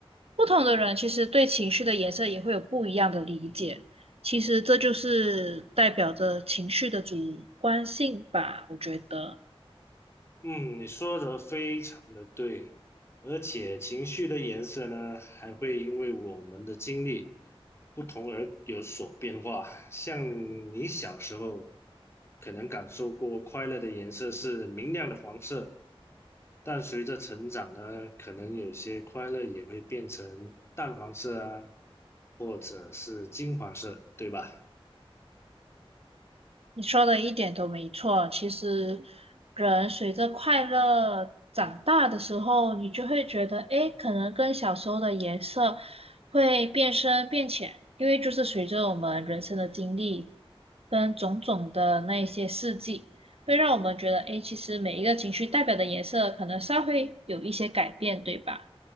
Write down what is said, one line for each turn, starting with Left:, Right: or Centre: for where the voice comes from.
Right: 不同的人其实对情绪的颜色也会有不一样的理解，其实这就是代表着情绪的主观性吧，我觉得。
Left: 嗯，你说的非常的对，而且情绪的颜色呢，还会因为我们的经历不同而有所变化。像你小时候可能感受过快乐的颜色是明亮的黄色，但随着成长呢，可能有些快乐也会变成淡黄色啊，或者是金黄色，对吧？
Right: 你说的一点都没错。其实，人随着快乐长大的时候，你就会觉得，诶，可能跟小时候的颜色会变深变浅，因为就是随着我们人生的经历跟种种的那一些事迹，会让我们觉得，诶，其实每一个情绪代表的颜色可能稍微有一些改变，对吧？